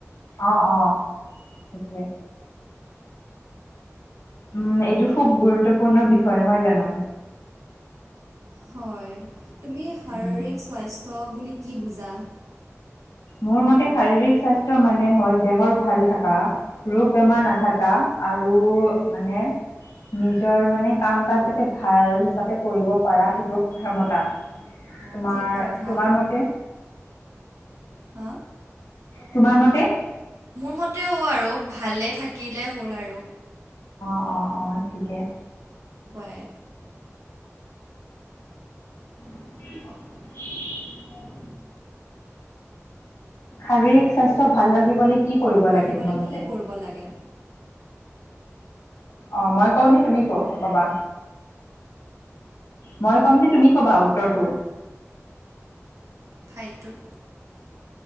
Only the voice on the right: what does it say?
হয়। তুমি শাৰীৰিক
স্বাস্থ্য বুলি কি বুজা?
অঁ ঠিক কথা
হা?
মোৰ মতেওঁ আৰু ভালে থাকিলে হ'ল আৰু।
কাই <unintelligible>
ৰাখিবলৈ
কি
কি কৰিব লাগে
ফাইটুৰ <unintelligible>